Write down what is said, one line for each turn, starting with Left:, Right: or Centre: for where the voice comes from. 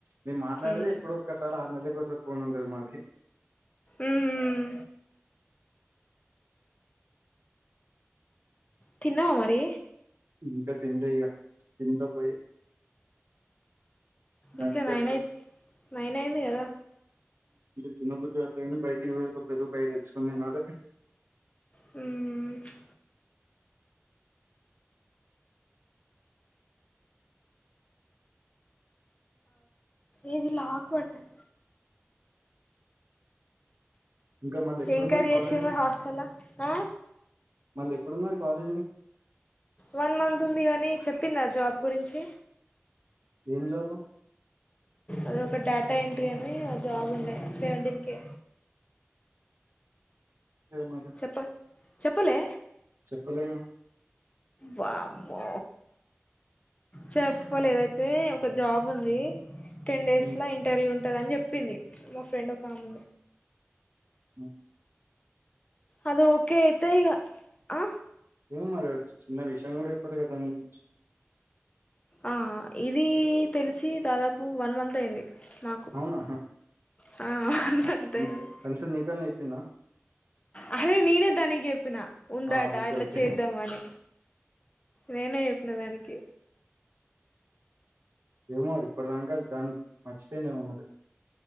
Right: నేను మాట్లాడేది
Left: ఉమ్
Right: ఎప్పుడు ఒక్కసారి ఆరు నెలల కోస పోనుంద మాది
Left: ఉమ్ తిన్నావా మరి
Right: ఇంకా తినలే ఇగ తిట పోయి మంచిగా
Left: ఇంకా నైనయి నైన్ అయింది కదా
Right: తిన్నబద్దు అ బయటికి పో ఒక పెరుగు పాకెట్ తెచ్చుకోని తిన్నలే
Left: మ్... ఏది లాక్ పడ్డది.
Right: ఇంక మల్లెప్పుడున్నది
Left: ఏం కర్రీ
Right: కాలేజ్
Left: చేసిర్రు మరి హాస్టల్ల ఆ
Right: మళ్ళీ ఎప్పుడున్నది కాలేజ్ మీ
Left: వన్ మంత్ ఉంది గనీ చెప్పిందా జాబ్ గురించి
Right: ఏం జాబ్
Left: అది ఒక డాటా ఎన్ ట్రీ అని ఆ జాబ్ ఉండే సెవెంటిన్కె
Right: ఇగ మరి
Left: చెప్ప చెప్పలే
Right: చెప్పలేగా
Left: వామ్మో చెప్పలేదైతే ఒక జాబ్ ఉంది. టెన్ డేస్ల
Right: ఉమ్,
Left: ఇంటర్వ్యూ ఉంటదన్ చెప్పింది మా ఫ్రెండ్ ఒక ఆమె
Right: అ
Left: అద్ ఓకే అయితే ఇగ ఆ
Right: ఏమో మరి వచ్చి చిన్న విషయం గుడా చెప్పలేగా దాని గురించి
Left: ఆ ఇదీ తెల్సి దాదాపు వన్ మంత్ అయింది. నాకు
Right: అవునా
Left: ఆ మంత్
Right: ని
Left: అయింది
Right: కనీసం నీకన్నా చెప్పిందా?
Left: అరే నేనే దానికి చెప్పిన ఉందట
Right: ఆహా ఓకే
Left: ఇట్లా
Right: ఓకే
Left: చేద్దామని నేనే చెప్పిన దానికి
Right: ఏమో ఇప్పటి దాంక దానిక్ మర్చిపోయిందేమో మరి